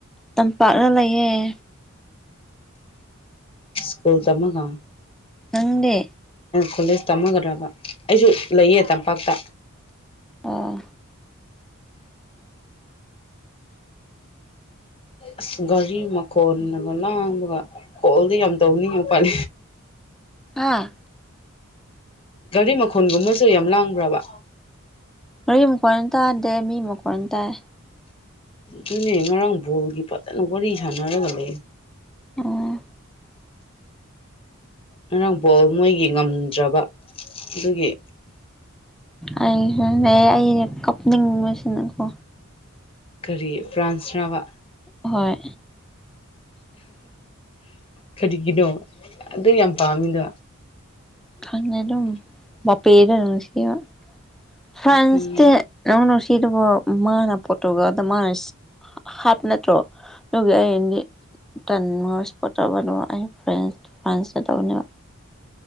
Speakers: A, in the centre; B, on the left (about 25°).
A: ꯇꯝꯄꯥꯛꯅ ꯂꯩꯌꯦꯦ
B: ꯁ ꯆꯃꯒ
A: ꯅꯪꯗꯦ
B: ꯀꯣꯂꯦꯖ ꯇꯝꯃꯥꯒꯗ꯭ꯔꯥꯕ ꯑꯩꯁꯨ ꯂꯩꯌꯦ ꯇꯝꯄꯥꯛꯇ
A: ꯑꯣꯥ
B: ꯑꯁ ꯒꯥꯔꯤ ꯃꯈꯣꯜꯅꯒ ꯂꯥꯡꯕꯒ ꯀꯣꯜꯗꯤ ꯌꯥꯝ ꯇꯧꯅꯤꯡꯉꯤ ꯎꯄꯥꯏ
A: ꯑꯥ
B: ꯒꯥꯔꯤ ꯃꯈꯣꯟꯒꯨꯝꯕꯁꯨ ꯌꯥꯝ ꯂꯥꯡꯕ꯭ꯔꯥꯕ
A: ꯑꯩꯏꯨꯛꯀꯣꯏꯅ ꯇꯥꯗꯦ ꯃꯤ ꯑꯃꯨꯛ ꯀꯣꯏꯅ ꯇꯥꯏ
B: ꯑꯗꯨꯅꯦ ꯉꯔꯥꯡ ꯕꯣꯜꯒꯤ ꯐꯖꯅ ꯋꯥꯔꯤ ꯁꯥꯟꯅꯔꯒ ꯂꯩ
A: ꯑꯣ
B: ꯉꯔꯥꯡ ꯕꯣꯜ ꯃꯣꯏꯒꯤ ꯉꯝꯗ꯭ꯔꯕ ꯑꯗꯨꯒꯤ
A: ꯑꯩ ꯑꯅꯦ ꯀꯞꯅꯤꯡꯕꯁꯤꯅꯀꯣ
B: ꯀꯔꯤ ꯐ꯭ꯔꯥꯟꯁꯅꯕ
A: ꯍꯣꯏ
B: ꯀꯔꯤꯒꯤꯅꯣ ꯑꯗꯨ ꯌꯥꯝ ꯄꯥꯝꯃꯤꯅꯣ
A: ꯈꯪꯉꯦ ꯑꯗꯨꯝ ꯄꯦꯗ ꯅꯨꯡꯁꯤꯕ ꯐ꯭ꯔꯥꯟꯁꯇ
B: ꯎꯝ
A: ꯑꯅꯣ ꯁꯤꯗꯕꯨꯣ ꯃꯥꯅ ꯄꯣꯇꯣꯛꯒꯗ ꯃꯥꯅ ꯍꯥꯞ ꯅꯠꯇ꯭ꯔꯣꯒ ꯌꯦꯗꯤ ꯇ ꯏꯁꯄ ꯇ ꯑꯩ ꯐ꯭ꯔ ꯐ꯭ꯔꯥꯟꯁ ꯇꯧꯕꯅꯦꯕ